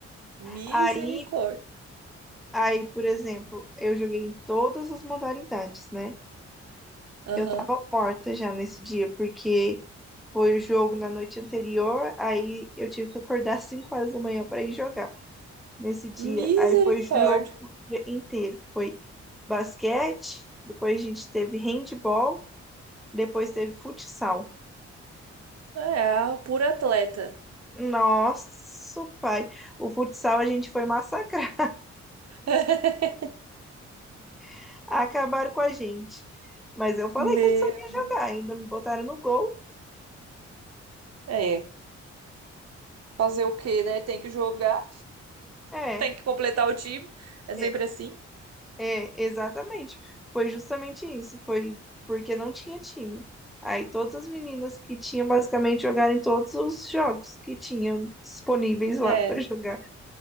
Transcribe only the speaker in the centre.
Aí, aí, por exemplo, eu joguei em todas as modalidades, né?
Eu tava morta já nesse dia, porque foi o jogo na noite anterior, aí eu tive que acordar às 5 horas da manhã para ir jogar nesse dia.
Aí foi jogo o dia inteiro. Foi basquete, depois a gente teve handball, depois teve futsal.
Nossa, pai, o futsal a gente foi massacrar.
<laughs> Acabaram com a gente. Mas eu falei
que eu não sabia jogar, ainda me botaram no gol.
É.
é,
É, exatamente. Foi justamente isso. Foi porque não tinha time. Aí todas as meninas que tinham basicamente jogaram em todos os jogos que tinham disponíveis
lá para jogar.